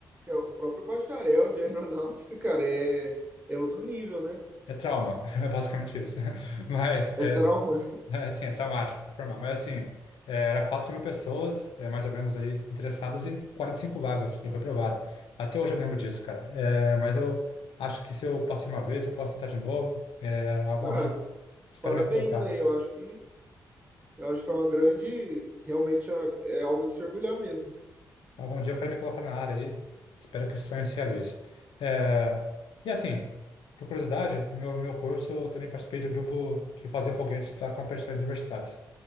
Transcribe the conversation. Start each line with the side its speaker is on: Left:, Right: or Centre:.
Right: é, o próprio bacharel de <laughs> aeronáutica, cara, é, é outro nível, né?
Left: É trauma, <laughs> é basicamente isso. <laughs> Mas,
Right: É
Left: é,
Right: trauma.
Left: é, assim, é traumático performar. Mas, assim, é, era quatro mil pessoas, é, mais ou menos, aí, interessadas e 45 vagas. Eu fui aprovado. Até hoje eu me lembro disso, cara. É, mas eu acho que se eu passei uma vez, eu posso tentar de novo. É, algum
Right: Cara,
Left: momento, espero
Right: parabéns
Left: me colocar.
Right: aí. Eu acho que eu acho que é uma grande, realmente é é algo de se orgulhar mesmo.
Left: Algum dia eu quero me colocar na área aí. Espero que esse sonho se realize. É, e assim, por curiosidade, no meu, meu curso eu também participei de um grupo que fazia foguetes para competições universitárias.